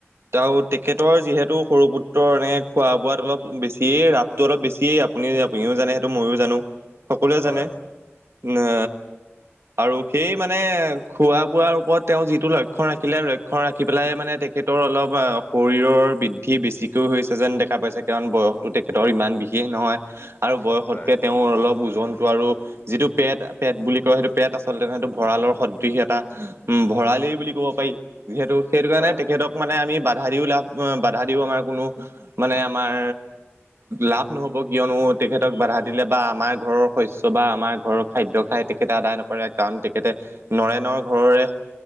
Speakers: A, on the right; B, on the left.
A: আৰু তেখেতৰ যিহেতু সৰু পুত্ৰৰ এনে খোৱা বোৱাত অলপ বেছিয়েই ৰাপটো অলপ বেছিয়েই আপুনি আপুনিও জানে সেইটো ময়ো জানো সকলোৱে
B: হয়
A: জানে নে আৰু সেই মানে খোৱা বোৱাৰ ওপৰত তেওঁ যিটো লক্ষ্য ৰাখিলে লক্ষ লক্ষ্য ৰাখি পেলাই মানে তেখেতৰ অলপ অ শৰীৰ শৰীৰৰ বৃদ্ধি বেছিকৈও হৈছে যেন দেখা পাইছে কাৰণ বয়সটো তেখেতৰ ইমান বিশেষ নহয় আৰু বয়সতকে
B: হয়
A: তেওঁৰ অলপ ওজনটো আৰু যিটো পেট পেট বুলি কয় সেইটো পেট আচলতে ন সেইটো ভঁৰালৰ সদৃশ এটা উ ভঁৰালেই বুলি কব পাৰি যিহেতু সেইটো কাৰণে
B: হয়
A: তেখেতক মানে আমি বাধা দিও লাভ বাধা দিও আমাৰ কোনো মানে আমাৰ লাভ নহব কিয়নো তেখেতক বাধা দিলে বা আমাৰ ঘৰৰ শস্য বা আমাৰ ঘৰৰ খাদ্য খাই তেখেতে আদায় নকৰে কাৰণ তেখেতে নৰেনৰ ঘৰৰে